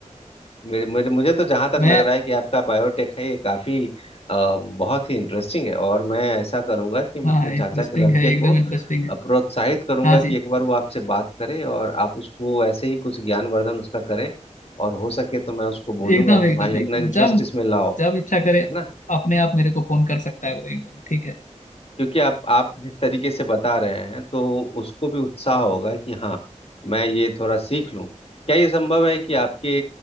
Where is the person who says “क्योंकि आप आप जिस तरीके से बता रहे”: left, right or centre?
Left